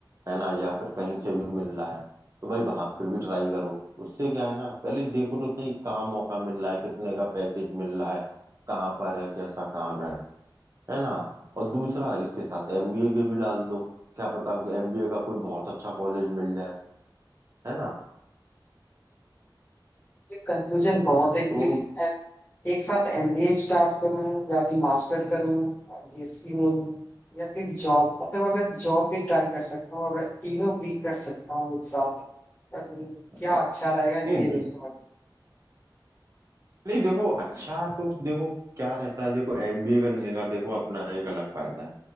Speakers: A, on the right; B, on the left.
A: है ना या फिर कहीं से भी मिल रहा है तो भाई वहां पे भी ट्राई करो उससे क्या है ना पहले देखो तो सही कहाँ मौका मिल रहा है कितने का पैकेज मिल रहा है कहाँ पर है कैसा काम है है ना और दूसरा इसके साथ एमबीए के भी डाल दो क्या पता एमबीए का कोई बहुत अच्छा कॉलेज मिल जाए है ना
B: ये कंफ्यूजन बहुत है कि
A: तो
B: एक साथ एमबीए स्टार्ट करूं या फिर मास्टर करूं बीएससी में या फिर जॉब मतलब अगर जॉब भी ट्राई कर सकता हूँ अगर तीनों भी कर सकता हूँ एक साथ पर क्या
A: हाँ
B: अच्छा रहेगा ये
A: नहीं
B: नहीं समझ
A: नहीं देखो अच्छा तो देखो क्या रहता है देखो एमबीए करने का देखो अपना एक अलग फायदा है